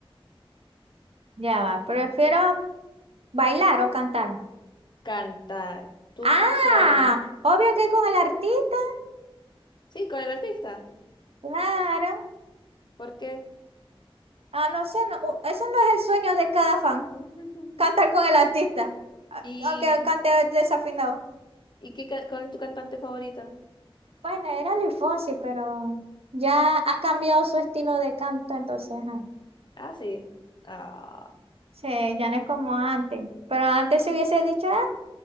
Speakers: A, on the right; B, on the left.
A: Ya va. ¿Prefiero bailar o cantar?
B: Cantar tu
A: Ah,
B: canción.
A: obvio que con el artista,
B: Sí, con el artista.
A: claro.
B: ¿Por qué?
A: Ah, no sé, no, u- eso no es el sueño de cada fan,
B: <laughs>
A: cantar con el artista, a-
B: ¿Y,
A: aunque cante desafinado.
B: y qué, ca- cuál es tu cantante favorita?
A: Bueno, era Luis Fonsi, pero ya
B: <laughs>
A: ha cambiado su estilo de canto, entonces, ajá.
B: Ah, sí. Ah.
A: Sí, ya no es como antes. Pero antes se hubiese dicho, ¡ay,